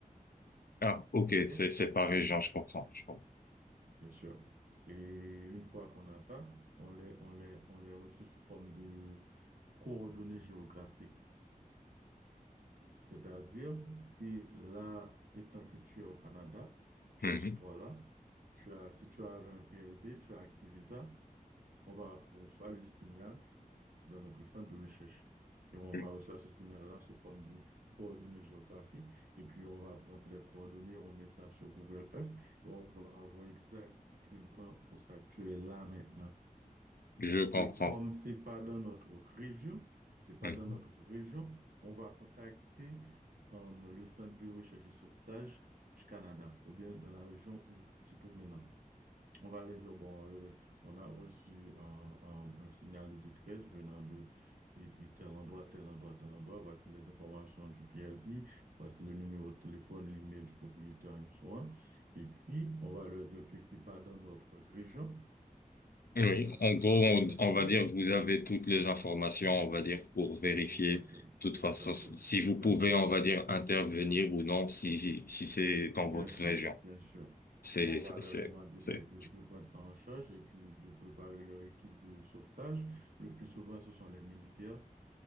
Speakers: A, on the left; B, on the right.
A: Ah, ok,
B: OK?
A: c'est c'est par région, je comprends, je comprends.
B: Bien sûr. Et une fois qu'on a ça, on les, on les, on les reçoit sous forme de coordonnées géographiques. C'est-à-dire, si là, étant que tu es au Canada, tu
A: Mhm.
B: es chez toi là, tu as, si tu avais un PLB, tu as activé ça. on va recevoir le signal dans notre centre de recherche. Et on
A: Je
B: va recevoir ce signal-là sous forme de coordonnées géographiques. Et puis, on va prendre les coordonnées, on met ça sur Google Earth et on va voir exactement où ça tu es là maintenant.
A: je comprends.
B: Et comme c'est pas dans notre région, c'est pas
A: Mhm.
B: dans notre région, on va contacter euh, le centre de recherche et sauvetage du Canada ou bien dans la région où tu te trouves maintenant. On va leur dire, bon, euh, on a reçu un, un- un signal de détresse venant de et- et tel endroit, tel endroit, tel endroit. Voici les informations du PLV, voici le numéro de téléphone, l'email du propriétaire, et so on. Et puis, on va leur dire que c'est pas dans notre région,
A: Oui,
B: on ne peut pas
A: en
B: travailler
A: gros, on,
B: là-dessus.
A: on va dire, que vous avez toutes les informations, on va dire, pour vérifier.
B: Exactement,
A: De toute
B: exactement,
A: façon, si si
B: exactement.
A: vous pouvez, on va dire, intervenir ou non, si si c'est dans
B: Bien
A: votre
B: sûr,
A: région.
B: bien sûr.
A: C'est
B: On va
A: c'est
B: leur
A: c'est-
B: demander
A: c'est-
B: de, de, de prendre ça en charge et puis de préparer leur équipe de sauvetage. Le plus souvent, ce sont les militaires